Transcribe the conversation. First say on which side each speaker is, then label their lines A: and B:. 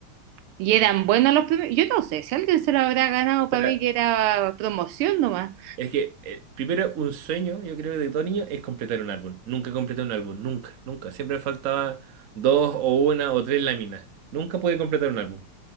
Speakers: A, on the right; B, on the right.
A: Y eran buenos los premios. Yo no sé si alguien se lo habrá ganado
B: Pero
A: para mí que era promoción nomás.
B: es que eh, primero un sueño, yo creo, de todo niño es completar un álbum. Nunca completé un álbum, nunca, nunca. Siempre me faltaba dos o una o tres láminas. Nunca pude completar un álbum.